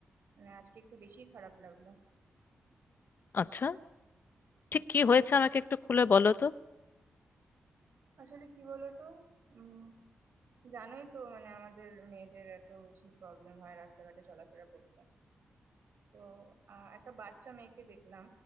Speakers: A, on the right; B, on the left.
A: মানে আজকে একটু বেশি খারাপ লাগলো
B: আচ্ছা ঠিক কি হয়েছে আমাকে একটু খুলে বলো তো
A: আসলে কি বলো তো উম জানোই তো মানে আমাদের মেয়েদের এত বেশি প্রবলেম হয় রাস্তাঘাটে চলাফেরা করতে তো আহ একটা বাচ্চা মেয়েকে দেখলাম